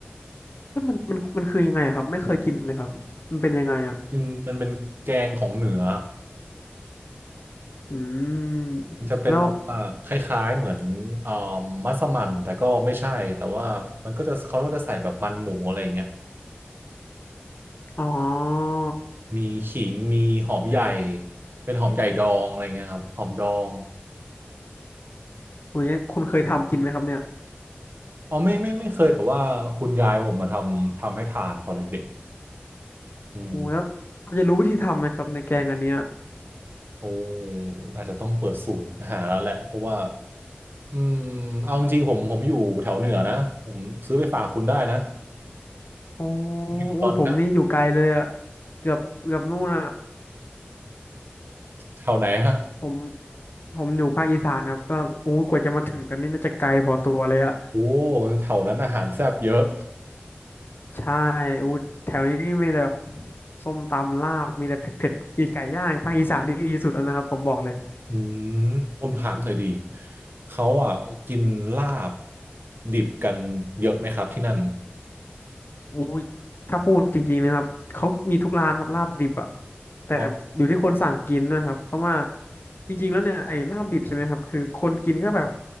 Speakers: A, on the left; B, on the right.
A: เอ๊ะมันมันมันคือยังไงอะครับ ไม่เคยกินเลยครับมันเป็นยังไงอ่ะ
B: กินมันเป็นแกงของเหนือ
A: อืมแล้ว
B: มันจะเป็นแบบว่าคล้ายๆเหมือนอ่ามัสมั่นแต่ก็ไม่ใช่แต่ว่ามันก็จะเขาก็จะใส่แบบมันหมูอะไรอย่างเงี้ย
A: อ๋อ
B: มีขิงมีหอมใหญ่ เป็นหอมใหญ่ดองอะไรเงี้ยครับ หอมดอง
A: โหอย่างเงี้ยคุณเคยทำกินไหมครับเนี่ย
B: อ๋อไม่ไม่ไม่เคยแต่ว่าคุณยายผมมาทำทำให้ทานตอนเด็กๆอืม
A: โอ้แล้วเราจะรู้วิธีทำไหมครับในแกงอันเนี้ย
B: โอ้อาจจะต้องเปิดสูตรหาแล้วแหละ เพราะว่าอืมเอาจริงๆผมผมอยู่แถวเหนือนะ ผมซื้อไปฝากคุณได้นะ
A: อ๋อ
B: ตอนนี้
A: อุ้ยผมนี่อยู่ไกลเลยอ่ะเกือบเกือบนู่นอ่ะ
B: แถวไหนฮะ
A: ผมผมอยู่ภาคอีสานครับก็อู้กว่าจะมาถึงกันนี่น่าจะไกลพอตัวเลยอ่ะ
B: โอ้แถวนั้นอาหารแซ่บเยอะ
A: ใช่อู้แถวนี้นี่มีแต่แบบส้มตำลาบ มีแต่เผ็ดเผ็ดมีไก่ย่างภาคอีสานนี่ดีสุดแล้วนะครับผมบอกเลย
B: อืมผมถามหน่อยดี เขาอ่ะกินลาบดิบกันเยอะไหมครับที่นั่น
A: อุ้ยถ้าพูดจริงๆนะครับเขามีทุกร้านครับลาบดิบอะแต่อยู่ที่คนสั่งกินนะครับเพราะว่า
B: อ๋อ
A: จริงๆแล้วเนี่ยไอ้ลาบดิบใช่ไหมครับคือคนกินก็แบบ